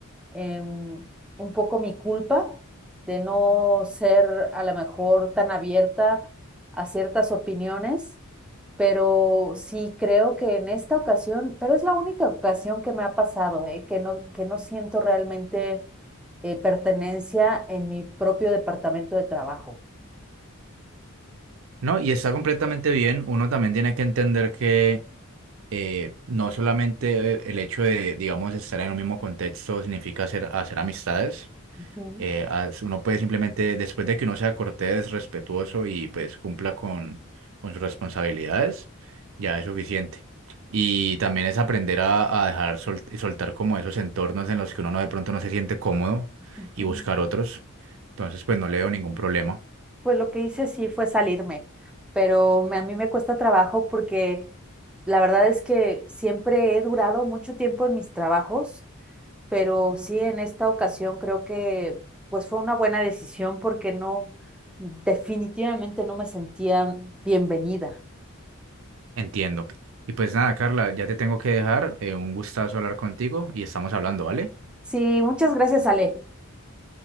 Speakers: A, in the centre; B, on the right (about 65°).
A: em, un poco mi culpa de no ser a lo mejor tan abierta a ciertas opiniones, pero sí creo que en esta ocasión, pero es la única ocasión que me ha pasado, ¿eh? que no, que no siento realmente eh, pertenencia en mi propio departamento de trabajo.
B: ¿no? Y está completamente bien, uno también tiene que entender que eh, no solamente eh, el hecho de, digamos, estar en un mismo contexto significa hacer, hacer amistades
A: Ujú,
B: eh, as- uno puede simplemente, después de que uno sea cortés, respetuoso y pues cumpla con, con sus responsabilidades, ya es suficiente. Y también es aprender a, a dejar sol- soltar como esos entornos en los que uno no, de pronto no se siente cómodo
A: ujú.
B: y buscar otros. Entonces, pues no le veo ningún problema.
A: Pues lo que hice sí fue salirme, pero me- a mí me cuesta trabajo porque la verdad es que siempre he durado mucho tiempo en mis trabajos pero sí en esta ocasión creo que pues fue una buena decisión porque no, definitivamente no me sentía bienvenida.
B: Entiendo. Y pues nada, Carla, ya te tengo que dejar. eh, un gustazo hablar contigo y estamos hablando, ¿vale?
A: Sí, muchas gracias, Ale.